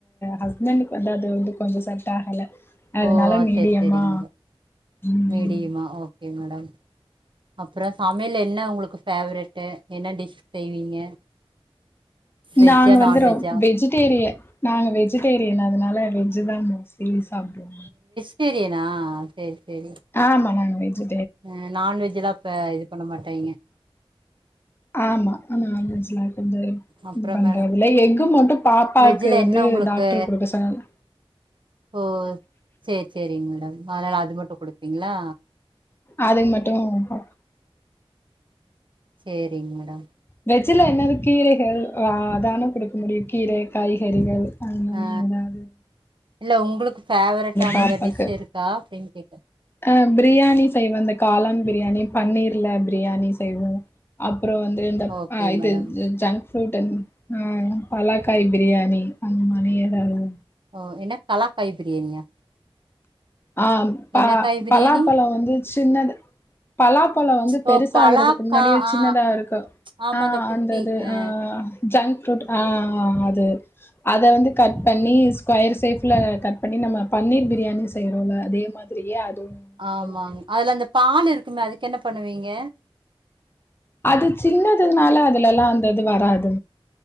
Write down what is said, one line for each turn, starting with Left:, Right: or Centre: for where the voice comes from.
Left: ஹஸ்பண்ட் க்கு வந்து அது வந்து கொஞ்சோ செட் ஆகல அதனால
Right: ஓ
Left: மீடியமா
Right: செரி செரிங்க
Left: ம்
Right: மீடியமா ஓகே மேடம் அப்றோ சமையல் என்ன உங்ளுக்கு பேவரெட்டு என்ன டிஷ் செய்வீங்க <inaudible>
Left: நாங்க வந்து
Right: நான்வெஜ்ஜா
Left: ரொம் வெஜிடேரியன் நாங்க வெஜிடேரியன் அதனால வெஜ் தா மோஸ்லி சாப்டுவோ
Right: வெஜிடேரியன்னா சேரி சேரி
Left: ஆமா நாங்க வெஜ்ஜி
Right: ஆ நான்வெஜ்ல்லா இப்ப இது பண்ண மாட்டேங்க
Left: ஆமா நான்வெஜ்லா <unintelligible>
Right: அப்றோ
Left: இது பண்றது
Right: மேடம்
Left: இல்ல எஃகு மட்டு பாப்பாக்கு
Right: வெஜ்ஜுல
Left: வந்து
Right: என்ன உங்களுக்கு
Left: டாக்டர் குடுக்க சொன்னாங்க
Right: ஓ சேரி சேரிங்க மேடம் அதனால அது மட்டு குடுப்பீங்ளா
Left: அதுக்கு மட்டு கொடு
Right: சேரிங் மேடம்
Left: வெஜ்ல என்னது கீரைகள் ஆ அதான குடுக்க முடியு கீரை காய்கறிகள் அது மாரி
Right: ஆ
Left: ஏதாவ்து
Right: இல்ல உங்ளுக் ஃபேவ்ரட்டான
Left: பாப்பாக்கு
Right: ஏதா டிஷ் இருக்கா அப்டின்னு கேக்குறே
Left: அ பிரியாணி செய்வே இந்த காளான் பிரியாணி பன்னீர்ல பிரியாணி செய்வோ அப்றோ வந்து இந்த
Right: ஓகே
Left: அ
Right: மேடம்
Left: இது ஜங் ஃப்ரூட்டு ம் பலாக்காய் பிரியாணி அந்த மாரி ஏதாவது
Right: ஓ என்ன பலாக்காய் பிரியாணியா
Left: ஆ ப
Right: என்ன காய் பிரியாணி
Left: பலாப்பழோ வந்து சின்னது பலாப்பழோ வந்து
Right: ஓ
Left: பெருசாக்றதுக்கு
Right: பலாக்கா
Left: முன்னாடியே
Right: ஆ
Left: சின்னதாருக்கு
Right: ஆமா
Left: ஆ
Right: அந்த குட்டி
Left: அந்தது
Right: அ
Left: ஆ ஜங்க் ஃரூட் ஆ அது அத வந்து கட் பண்ணி சு ஸ்கொயர் ஷேப்ல கட் பண்ணி நம்ம பன்னீர் பிரியாணி செய்யிறோல அதே மாதிரியே அதுவு
Right: ஆமாங்க
Left: நல்லா இருக்
Right: அதுல அந்த பால் இருக்குமே அதுக்கு என்ன பண்ணுவீங்க
Left: அது சின்னதுனால அதுலல்லா அந்தது வராது.